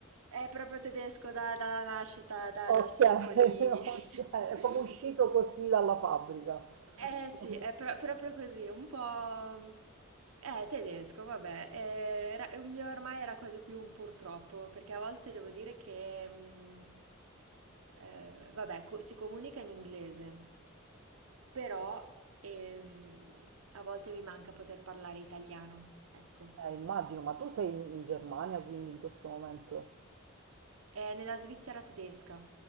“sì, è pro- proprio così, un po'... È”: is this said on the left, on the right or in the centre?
Right